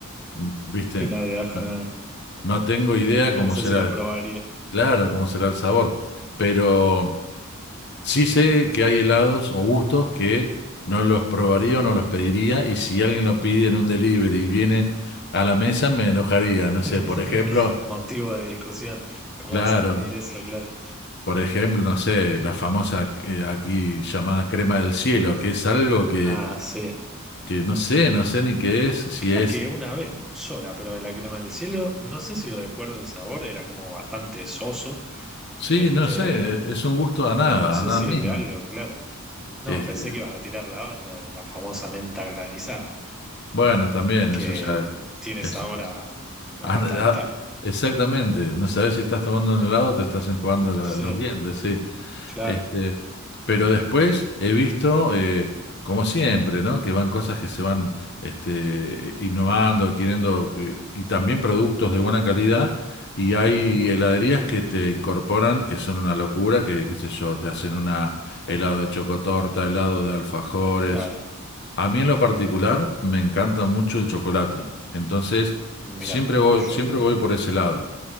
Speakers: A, on the left; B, in the centre.
A: ¿Viste?
B: Y la de ajo,
A: No,
B: ¿no?
A: no tengo idea
B: No,
A: cómo
B: no sé
A: será
B: si lo
A: el,
B: probaría.
A: claro, cómo será el sabor, pero sí sé que hay helados o gustos que no los probaría o no los pediría y si alguien lo pide en un delivery y viene a la mesa me enojaría, no sé,
B: <laughs>
A: por ejemplo,
B: Motivo de discusión. ¿Cómo
A: claro,
B: vas a pedir eso, claro?
A: por ejemplo, no sé, la famosa eh, aquí llamada crema del cielo, que es algo que,
B: Ah, sí.
A: que no sé, no sé ni qué es, si
B: Creo
A: es,
B: que una vez sola probé la crema del cielo. No sé si recuerdo el sabor, era como bastante soso.
A: sí,
B: Este,
A: no sé, e, es un gusto a
B: y
A: nada,
B: no, no sé
A: a nada
B: si
A: misma.
B: es de algo, claro. No,
A: Este,
B: pensé que ibas a tirar la otra, de la famosa menta granizada,
A: Bueno, también, eso
B: que
A: ya
B: tiene
A: es,
B: sabor
A: es-
B: a, a
A: ah,
B: pasta
A: no,
B: dental.
A: ah, exactamente, no sabes si estás tomando un helado o te estás enjuagando la-
B: Sí,
A: los dientes, sí.
B: claro.
A: Este, pero después he visto, eh, como siempre, ¿no? Que van cosas que se van este, innovando, adquiriendo, eh, y también productos de buena calidad, y hay
B: Ujú,
A: heladerías que te incorporan, que son una locura, que, qué sé yo, te hacen una helado de chocotorta, helado de alfajores
B: claro.
A: a mí en lo particular me encanta mucho el chocolate. Entonces, siempre
B: Mirá,
A: voy,
B: yo
A: siempre voy por ese lado.